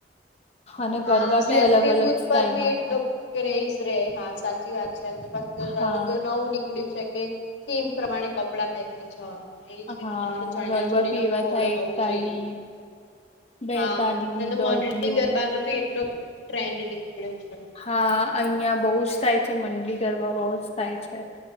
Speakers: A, on the left; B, on the left.
A: અને
B: હા
A: ગરબા
B: સેલ્ફી
A: બી અલગ અલગ
B: બુથ
A: સ્ટાઇલ
B: પર બી
A: ના
B: એટલો
A: થાય
B: કેજ રે હા સાચી વાત છે અને પાધું
A: હા
B: નવું નીકળ્યું છે કે થીમ પ્રમાણે કપડાં પહેરીને જવા. એજ રીતે
A: હા
B: તમારે ચણિયા
A: ગરબા
B: ચોળી
A: બી
B: નો
A: એવા
B: કોડ
A: થાય
B: હોવો
A: એકતાલી
B: જોઈએ.
A: બેતાલી
B: હા તો
A: દોઢિયું
B: મોડૅન ગરબાનો બી એટલો ટ્રેન્ડ નીકળ્યો છે.
A: હા અહિયાં બહુ જ થાય છે મંડલી ગરબા બહુ જ થાય છે.